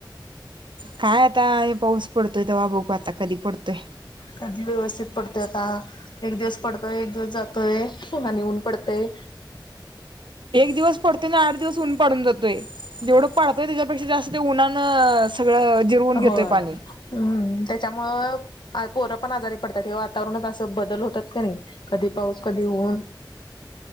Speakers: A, on the right (about 80°); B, on the left (about 70°).
A: काय आता हे पाऊस पडतोय दवा बघू आता कधी पडतोय
B: कधी व्यवस्थित पडतोय आता एक दिवस पडतोय एक दिवस जातोय आणि ऊन पडतय
A: एक दिवस पडतो ना आठ दिवस ऊन पडून जातो जेवढं पाडतोय त्याच्यापेक्षा जास्त ते उन्हान सगळं जिरवून
B: होय
A: घेतोय पाणी
B: हम्म त्याच्यामुळं पोरं पण आजारी पडतात हे वातावरणच असं बदल होतात का नाही कधी पाऊस कधी ऊन